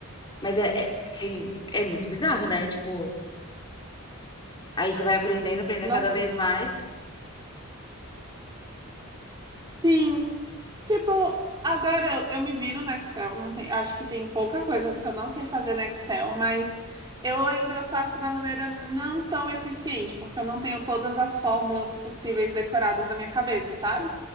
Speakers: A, on the left; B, on the right.
A: Mas é, é sim, é muito bizarro, né? Tipo, aí você vai aprendendo, aprendendo
B: Nossa,
A: cada vez mais.
B: sim. Tipo, agora eu, eu me viro no Excel. Não tem, acho que tem pouca coisa que eu não sei fazer no Excel, mas eu ainda faço da maneira não tão eficiente, porque eu não tenho todas as fórmulas possíveis decoradas na minha cabeça, sabe?